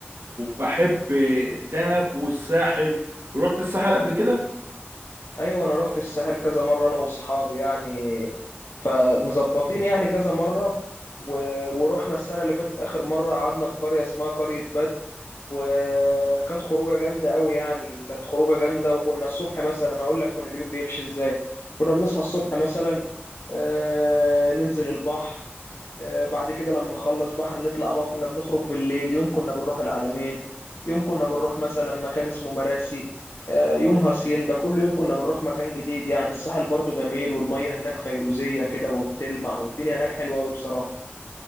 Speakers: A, on the right; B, on the left.
A: بحب الدهب والساحل رحت الساحل قبل كده
B: ايوه انا رحت الساحل كذا مره انا واصحابي يعني فمظبطين يعني كذا مره و... ورحنا السنه اللي فاتت اخر مره قعدنا في قريه اسمها قريه بدر وكانت خروجه جامده قوي يعني كانت خروجه جامده وكنا الصبح مثلا اقول لك كنا اليوم بيمشي ازاي كنا بنصحى الصبح مثلا آه... ننزل البحر آه، بعد كده لما نخلص بحر نطلع بقى كنا بنخرج بالليل يوم كنا بنروح العلمين يوم كنا بنروح مثلا مكان اسمه مراسي آه، يوم هاسيندا كل يوم كنا بنروح مكان جديد يعني الساحل برضو جميل والمية هناك فيروزية كده وبتلمع والدنيا هناك حلوة أوي بصراحة